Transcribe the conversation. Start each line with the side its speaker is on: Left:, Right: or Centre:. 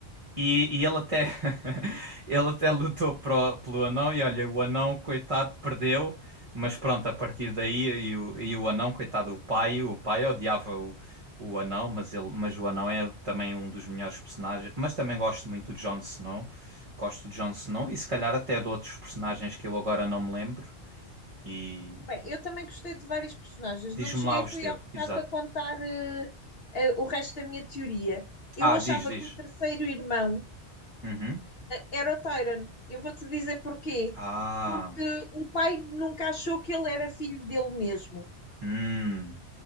Right: E, e ele até <laughs> ele até lutou pro, pelo anão e olha, o anão, coitado, perdeu, mas pronto, a partir daí e o, e o anão, coitado, o pai, o pai odiava o, o anão, mas ele, mas o anão é também um dos melhores personagens, mas também gosto muito do Jon Snow. Gosto do Jon Snow e se calhar até de outros personagens que eu agora não me lembro. E
Left: Bem, eu também gostei de vários personagens.
Right: diz-me
Left: Não te cheguei,
Right: lá os
Left: fui
Right: teus,
Left: há um bocado
Right: exato.
Left: a contar eh, eh, o resto da minha teoria. Eu
Right: Ah,
Left: achava
Right: diz, diz.
Left: que o terceiro irmão
Right: Uhum.
Left: era o Tyron. Eu vou-te dizer porquê.
Right: Ah,
Left: Porque o pai nunca achou que ele era filho dele mesmo.
Right: hum,